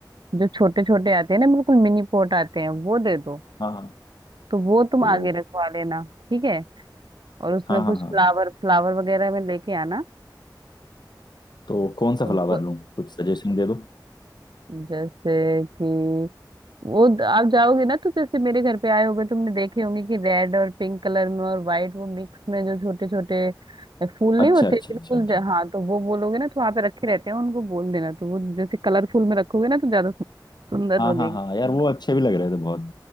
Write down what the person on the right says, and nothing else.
जो छोटे छोटे आते हैं ना बिल्कुल मिनी पोट आते हैं वो दे दो
तो वो तुम
आगे रखवा लेना ठीक है और उसमें
कुछ
फ्लावर फ्लावर वगैरह में लेके आना
तो
वो
जैसे कि वो द- आप जाओगे ना तो जैसे मेरे घर पे आए होगे तुमने देखे होंगे कि रेड और पिंक कलर में और व्हाइट वो मिक्स में जो छोटे छोटे फूल नहीं
होते
बिल्कुल
ज- हाँ तो वो बोलोगे ना तो वहां पे रखे रहते हैं उनको बोल देना तो वो जैसे कलरफुल में रखोगे ना तो ज्यादा सु- सुंदर
लगेगी